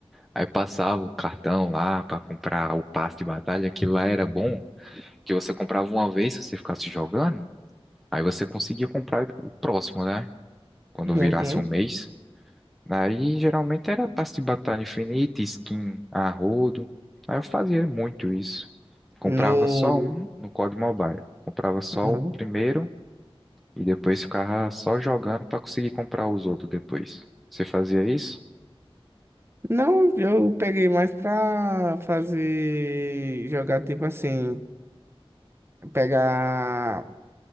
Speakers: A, in the centre; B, on the right.
A: Aí passava o cartão lá para comprar o passe de batalha, que lá era bom, que você comprava uma vez se você ficasse jogando, aí você conseguia comprar o próximo, né? Quando
B: Uhum.
A: virasse um mês. Aí geralmente era passe de batalha infinita, skin a rodo. Aí eu fazia muito isso. Comprava
B: No
A: só um no COD Mobile. Comprava só
B: uhum.
A: o primeiro e depois ficava só jogando para conseguir comprar os outros depois. Você fazia isso?
B: Não, eu peguei mais pra fazer jogar tipo assim, pegar